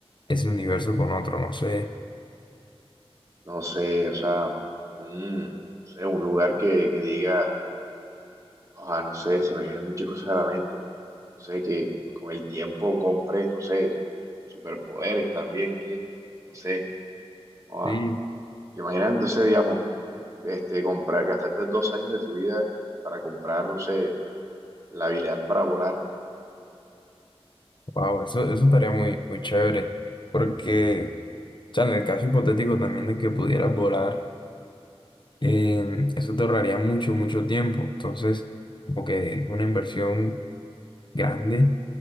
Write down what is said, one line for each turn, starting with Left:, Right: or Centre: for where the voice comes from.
Left: ese universo con otro? No sé.
Right: No sé, o sea, un, no sé, un lugar que, que diga, ojalá, no sé, se me vienen muchas cosas a la mente. no sé, que con el tiempo compres, no sé, superpoderes también, que, no sé, ah,
Left: Sí.
Right: te imaginas, no sé, digamos, este, comprar, gastarte dos años de tu vida para comprar, no sé, la habilidad para volar.
Left: Wow, eso, eso estaría muy, muy chévere. Porque,
Right: Sí,
Left: o sea, en el caso hipotético también de que pudieras volar. eh, eso te ahorraría mucho, mucho tiempo. Entonces, como que es una inversión grande.